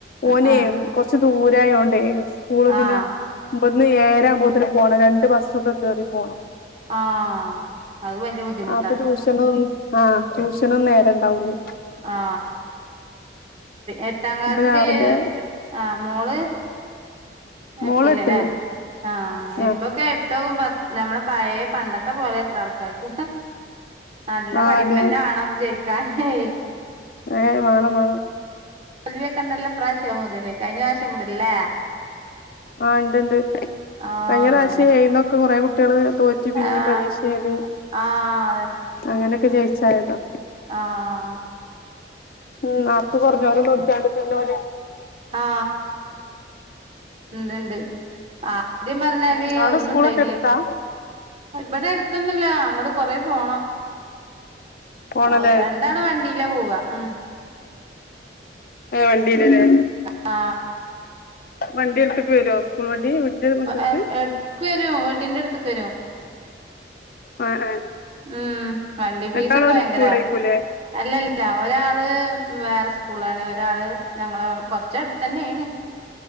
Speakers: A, on the left; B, on the right.
A: ഓനെ
B: ആഹ്
A: കൊറച്ച് ദൂരായോണ്ടേ സ്കൂള്
B: ആഹ്
A: പിന്നെ <unintelligible> ഇന്ന് ഏയരാമ്പോത്തിന് പോണം രണ്ട് ബസ്സൊക്കെ കേറിട്ട് പോണം
B: ആഹ് അത് വല്യ ബുദ്ധിമുട്ടാ
A: അപ്പൊ ട്യൂഷനൊ ആ ട്യൂഷനൊന്നും നേരണ്ടാവൂല്ലേ
B: ആ എട്ടാം ക്ലാസ്സില്
A: അപ്പൊ രാവിലെ
B: ആ മോള് എട്ടിലല്ലെ
A: മോള് എട്ടില്
B: ആ
A: ആ
B: എപ്പൊക്കെ എ ട്ടുവും പ ഞമ്മളെ പയേ പണ്ടത്തെ പോലെ എത്രാൾക്കാര് നല്ല
A: ആ
B: പഠിപ്പന്നെ
A: അതെ
B: വേണം ജയിക്കാനെ
A: ഏ വേണം വേണം
B: ലീവൊക്കണ്ടല്ലൊ ഇപ്രാവശ്യം മുതലേ കഴിഞ്ഞ പ്രാവശ്യം മുതല്ലേ
A: ആ ഉണ്ട്ണ്ട്
B: ആഹ്
A: കഴിഞ്ഞ റാശ്യം
B: അതന്നെ
A: ഈഏയീന്നൊക്കെ കൊറെ കുട്ട്യേള് തോറ്റ് പിന്നെം
B: ആഹ്
A: പരീക്ഷെഴുതി
B: ആഹ്
A: അങ്ങനെയൊക്കെ ജയിച്ചായതാ
B: ആ
A: ഉം മാക്ക് കൊറഞ്ഞോലം നോക്കിയാണ്ട് പിന്നൊല്
B: ആ ഇണ്ട്ണ്ട് ആദ്യം പറഞ്ഞാല്
A: ഉം അവിടെ
B: ഒന്നുംണ്ടേനില്ല
A: സ്കൂളൊക്കെ എടുത്താ
B: പ്പ ഇവിടെ അടുത്തൊന്നുല്ല അങ്ങടെ കൊറേ പോണം
A: പോണല്ലേ
B: ഓര് രണ്ടാള് വണ്ടിയിലാ പോവാ ഉം
A: ഏ വണ്ടിലേ
B: ആ
A: വണ്ടി എടുത്തിട്ട് വരോ സ്കൂൾ വണ്ടി വീടിന്റെ മുറ്റത്ത്ക്ക്
B: എ എട്ക്ക് വെരും വീടിൻ്റെടുത്ത്ക്ക് വെരും
A: ആഹ് ആഹ്
B: ഉം വണ്ടി പീസൊക്കെ
A: രണ്ടാളും ഒരു
B: വയങ്കര
A: സ്കൂളിലേക്കൂല്ലേ
B: അല്ലല്ല ഒരാള് വേറെ സ് ക്കൂളാണ് ഒരാള് ഞങ്ങളെ കൊറച്ചടുതന്നെയാണ്